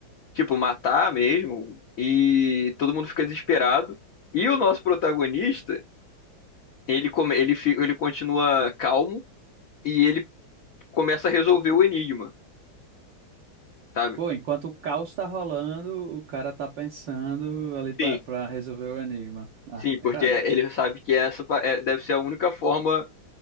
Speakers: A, on the left; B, on the right.
A: tipo, matar mesmo, e todo mundo fica desesperado. E o nosso protagonista, ele, come... ele, fi- ele continua calmo e ele começa a resolver o enigma, sabe?
B: Pô, enquanto o caos tá rolando, o cara tá pensando ali pra,
A: Sim.
B: pra resolver o enigma. Ah,
A: Sim, porque
B: irado.
A: ele sabe que essa pa- é- deve ser a única forma